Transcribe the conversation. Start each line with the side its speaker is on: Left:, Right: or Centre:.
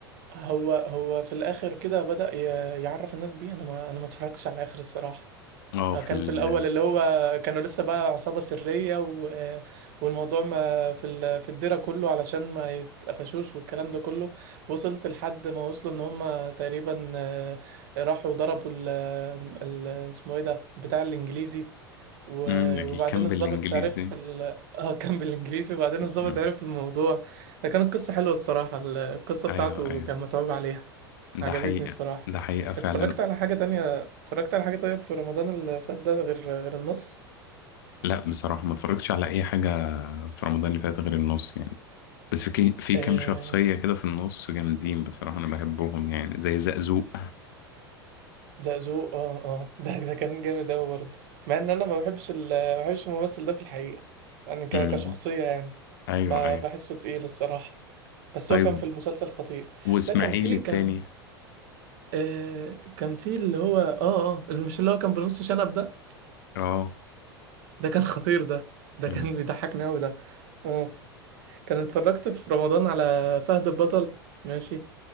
Right: هو هو في الاخر كده بدأ ي- يعرف الناس بيه انا ما انا ما اتفرجتش على الاخر الصراحة
Left: اه
Right: آه،
Left: في
Right: كان
Left: ال
Right: في الاول اللي هو كانوا لسه بقى عصابة سرية و... والموضوع ما في ال... في الديرة كله علشان ما يتقفشوش والكلام ده كله وصلت لحد ما وصلوا ان هم تقريبا آه، راحوا ضربوا ال... ال... اسمه ايه ده بتاع الانجليزي و...
Left: مم، الكامب
Right: وبعدين الضابط
Left: الإنجليزي
Right: عرف ال... اه كان بالانجليزي وبعدين الضابط
Left: مم.
Right: عرف الموضوع ده كانت قصة حلوة الصراحة ال- القصة
Left: أيوه
Right: بتاعته
Left: أيوه
Right: كان متعوب عليها
Left: ده
Right: عجبتني
Left: حقيقة
Right: الصراحة
Left: ده حقيقة فعلا
Right: اتفرجت على حاجة تانية اتفرجت على حاجة طيب في رمضان اللي فات ده غير غير النص
Left: لا بصراحة ما اتفرجتش على أي حاجة في رمضان اللي فات غير النص يعني بس في كي- في
Right: آه...
Left: كام شخصية كده في النص جامدين بصراحة أنا بحبهم يعني زي زقزوق
Right: زقزوق اه اه <laughs> ده ده كان جامد أوي برضه مع إن أنا ما بحبش ال... ما بحبش الممثل ده في الحقيقة يعني ك...
Left: امم
Right: كشخصية يعني
Left: أيوه
Right: ما
Left: أيوه
Right: بحسه تقيل الصراحة بس
Left: طيب
Right: هو كان في المسلسل خطير
Left: وإسماعيل
Right: لا كان في
Left: التاني
Right: كان آه... كان في اللي هو اه اه اللي مش اللي هو كان بنص شنب ده
Left: أه
Right: ده كان خطير ده ده
Left: امم
Right: كان بيضحكني أوي ده اه كان اتفرجت في رمضان على فهد البطل ماشي